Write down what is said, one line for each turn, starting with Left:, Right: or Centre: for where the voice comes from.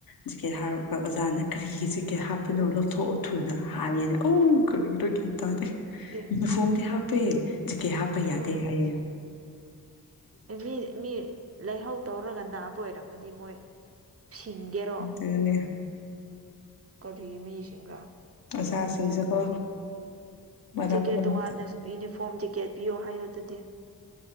Left: ꯖꯤꯛꯀꯦꯠ ꯍꯥꯞꯔꯛꯄ ꯑꯣꯖꯥꯅ ꯀꯔꯤꯒꯤ ꯖꯤꯛꯀꯦꯠ ꯍꯥꯞꯄꯅꯣ ꯂꯧꯊꯣꯛꯑꯣ ꯊꯨꯅ ꯍꯥꯏꯌꯦꯅꯦ ꯑꯧ ꯀꯔꯤꯔꯥ ꯒꯤꯌꯥꯟ ꯇꯥꯗꯦ
Right: ꯑꯣ ꯑꯦ
Left: ꯐꯣꯝꯗꯤ ꯍꯥꯞꯄꯦ ꯖꯦꯀꯦꯠ ꯍꯥꯞꯄꯥ ꯌꯥꯗꯦ
Right: ꯑꯥ
Left: ꯍꯥꯏꯌꯦ
Right: ꯃꯤ ꯃꯤ ꯂꯥꯍꯧ ꯇꯧꯔꯒ ꯅꯥꯕ ꯑꯣꯏꯔꯝꯃꯗꯤ ꯃꯣꯏ ꯁꯤꯡꯒꯦꯔꯣ
Left: ꯑꯗꯨꯅꯤ
Right: ꯀꯔꯤ ꯃꯤꯁꯤꯡꯔꯥ
Left: ꯑꯣꯖꯥꯁꯤꯡꯁꯨꯀꯣ ꯃꯔꯛ
Right: ꯖꯦꯀꯦꯠ
Left: ꯃꯔꯛ
Right: ꯇꯣꯉꯥꯟꯅ ꯌꯨꯅꯤꯐꯣꯝ ꯖꯦꯀꯦꯠ ꯄꯤꯌꯣ ꯍꯥꯏꯌꯣ ꯑꯗꯨꯗꯤ